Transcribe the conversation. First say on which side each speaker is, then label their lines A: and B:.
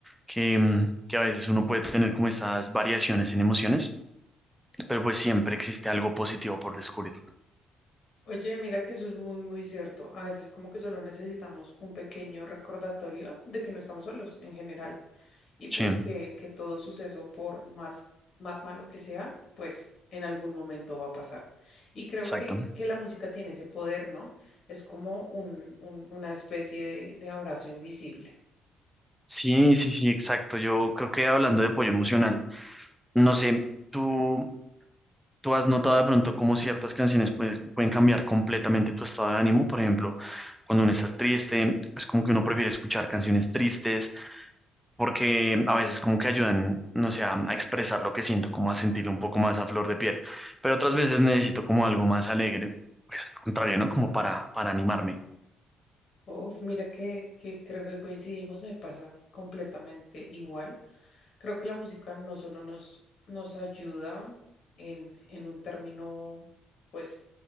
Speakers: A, in the centre; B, on the left.
A: que, mm, que a veces uno puede tener como esas variaciones en emociones, pero pues siempre existe algo positivo por descubrir.
B: Oye, mira que eso es muy, muy cierto. A veces como que solo necesitamos un pequeño recordatorio de que no estamos solos en general y pues
A: Sí,
B: que, que todo suceso, por más, más malo que sea, pues en algún momento va a pasar. Y creo
A: exacto.
B: que, que la música tiene ese poder, ¿no? Es como un, un- una especie de, de abrazo invisible.
A: Sí, sí, sí, exacto. Yo creo que hablando de apoyo emocional, no sé, tú... ¿Tú has notado de pronto cómo ciertas canciones pueden, pueden cambiar completamente tu estado de ánimo? Por ejemplo, cuando uno estás triste, pues como que uno prefiere escuchar canciones tristes porque a veces como que ayudan, no sé, a, a expresar lo que siento, como a sentirlo un poco más a flor de piel. Pero otras veces necesito como algo más alegre, pues al contrario, ¿no? Como para, para animarme.
B: Uf, mira que, que creo que coincidimos, me pasa completamente igual. Creo que la música no solo nos, nos ayuda en, en un término, pues,